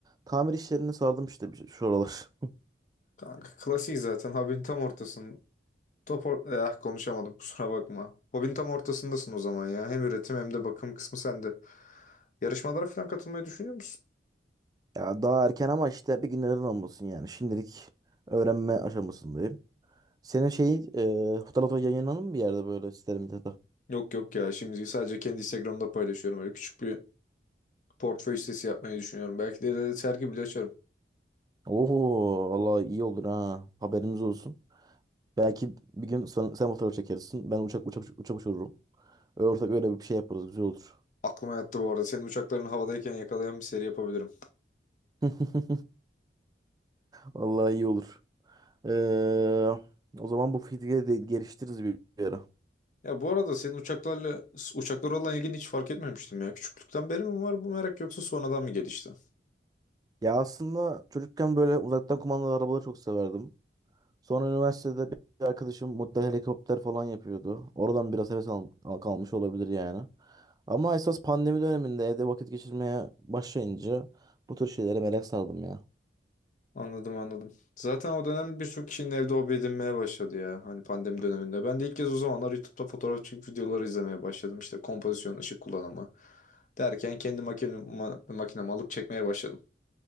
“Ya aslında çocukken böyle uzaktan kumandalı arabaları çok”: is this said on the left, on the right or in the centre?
Right